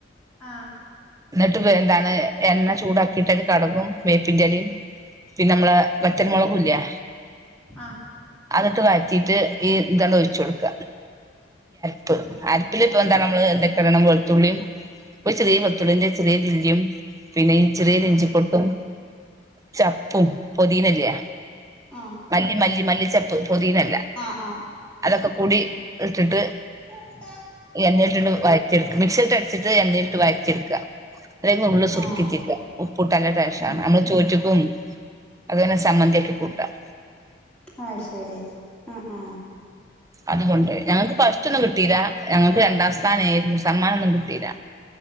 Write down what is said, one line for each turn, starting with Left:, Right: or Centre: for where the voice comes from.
Centre: ആഹ്
Right: എന്നിട്ട് എന്താണ് എണ്ണ ചൂടാക്കിയിട്ട് കടകും വേപ്പിന്റെ ഇലയും. പിന്നെ നമ്മളെ വറ്റൽ മോളക്ക് ഇല്ലോ
Centre: ആഹ്
Right: അതൊക്കെ വായറ്റിട്ട് ഈ തണ് ഒഴച്ച് കൊടുക്ക പ്പ്
Centre: ആ
Right: അരിപ്പിൽ ഇപ്പൊ എന്താണ് നമ്മള് ഏതോകെഇടണം വെളത്തുള്ളി ചെറിയ വത്തുള്ളിന്റെ ചെറിയല്ലും പിന്നെഈ ചെറിയ
Centre: ആ
Right: ഇഞ്ചി പൊട്ടും ചപ്പും പൊതീന ല്ലേ
Centre: ആ
Right: മല്ലി മല്ലി മല്ലിച്ചപ്പ് പൊതീ ല്ല
Centre: ആ ആ
Right: അതൊക്കെ കൂടി ഇട്ടിട്ട്.
Centre: ത <unintelligible>
Right: എണ്ണീട്ടിണ്ട് വായിറ്റി എടുക്ക മിക്സിട്ട അടിച്ചിട്ട് എന്നണയിട്ട് വായിറ്റി എ ടുക്കുക. ഒരു നുള്ള് സുർക്ക
Centre: ആ
Right: ഉറ്റിക്ക ഉപ്പ്ട നല്ല ടെസ്റ്റ്‌
Centre: ഉം
Right: ആണ് നമ്മള് ചോറ്റ്ക്കും. അതെന്നെ സമ്മന്തിയാക്കി കൂട്ടാം
Centre: ആ ശരി ആ ആ
Right: അതുകൊണ്ട് ഞങ്ങക്ക് ഫസ്റ്റ് ഒന്നും കിട്ടിയില്ല. ഞങ്ങക്ക് രണ്ടാം സ്ഥാനം ആരുന്നു. സമ്മനം ഒന്നും കിട്ടിയില്ല.